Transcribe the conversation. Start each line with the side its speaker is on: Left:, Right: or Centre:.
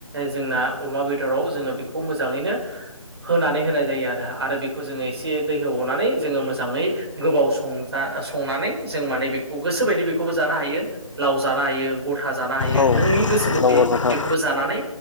Right: जोंना अमा बेदराव जोङो बेखौ मो जाङैनो होनानै होनाय जायो आरो आरो बेखौ जोङो एसे दै होबावनानै जोङो मोजाङै गोबाव संजा संनानै जों माने बेखौ गोसोबायदि बेखौबो जानो हायो। लाव जानो हायो गथा जानो हायो
Left: औ
Right: नोंनि गोसो मोथै
Left: नंगौ नोंथां
Right: बेखौबो जानानै